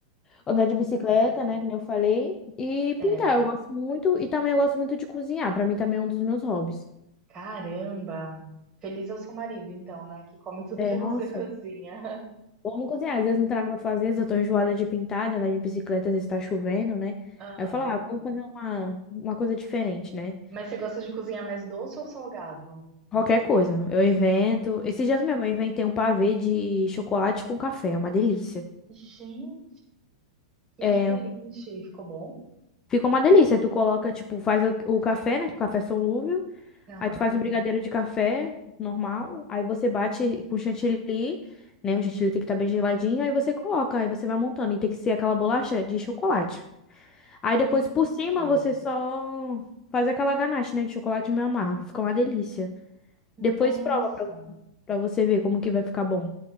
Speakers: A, on the left; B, on the right.
A: Andar de bicicleta,
B: com certeza.
A: né, que nem eu falei. E pintar,
B: É,
A: eu gosto muito. E também eu gosto muito de cozinhar. Pra mim também é um dos meus hobbies.
B: caramba. Feliz é o seu marido, então, né, que come <laughs> tudo
A: É,
B: que
A: nossa,
B: você <laughs> cozinha.
A: vamos cozinhar. Às vezes não tem nada pra fazer, às vezes eu tô enjoada de pintar, de andar de bicicleta, às vezes tá chovendo, né?
B: Aham.
A: Aí eu falo, ah, vamos fazer uma, uma coisa diferente, né?
B: Mas você gosta de cozinhar mais doce ou salgado?
A: Qualquer coisa. Eu invento. Esses dias mesmo eu inventei um pavê de chocolate com café, é uma delícia.
B: Gente, que
A: É,
B: diferente. Ficou bom?
A: fica uma delícia. Tu coloca, tipo, faz o o café, né? O café solúvel.
B: Aham.
A: Aí tu faz um brigadeiro de café normal, aí você bate com chantilly, né? O chantilly tem que estar bem geladinho, aí você coloca, aí você vai montando e tem que ser aquela bolacha de chocolate. Aí depois
B: Gente,
A: por cima você só faz aquela ganache, né, de chocolate meio amargo, fica uma delícia.
B: nossa.
A: Depois prova pra, pra você ver como que vai ficar bom.